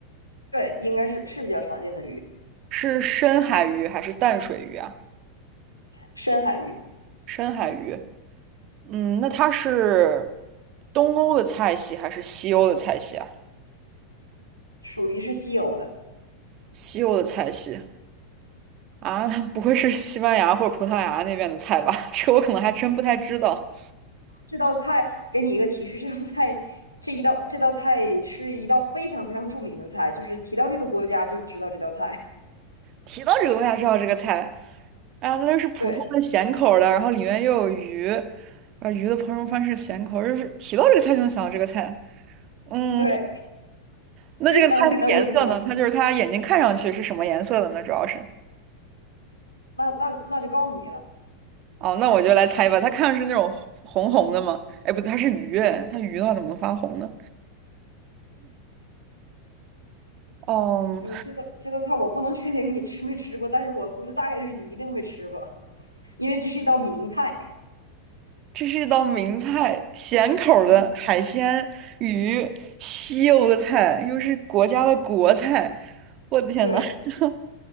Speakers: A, on the left; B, on the right.
A: 对，应该是是比较常见的鱼，
B: 是深海鱼还是淡水鱼啊？
A: 深海鱼，
B: 深海鱼。嗯，那它是东欧的菜系还是西欧的菜系啊？
A: 属于是西欧的。
B: 西欧的菜系啊，<laughs> 不会是西班牙或者葡萄牙那边的菜吧？<laughs> 这个我可能还真不太知道。
A: 这道菜给你一个提示，这道菜这一道这道菜是一道非常非常著名的菜，就是提到这个国家就知道这道菜。
B: 提到这个，我才知道这个菜。哎呀，那就是普通的咸口儿的，
A: 对
B: 然后里面又有鱼，啊，鱼的烹饪方式咸口儿就是提到这个菜就能想到这个菜。嗯，
A: 对，
B: 那这个菜的颜色呢？
A: 非常非常有名。
B: 它就是它眼睛看上去是什么颜色的呢？主要是。
A: 那那那就告诉你了，
B: 哦，那我就来猜吧。它看上去是那种红红的吗？哎，不对，它是鱼，它鱼的话怎么能发红呢？哦，
A: 嗯，这个这道菜我不能确定你吃没吃过，但是我估计大概率你一定会吃过，因为这是一道名菜。
B: 这是一道名菜，咸口儿的海鲜鱼，
A: 嗯，
B: 西欧的菜，又是国家的国菜。我的天呐！
A: 对，
B: <laughs>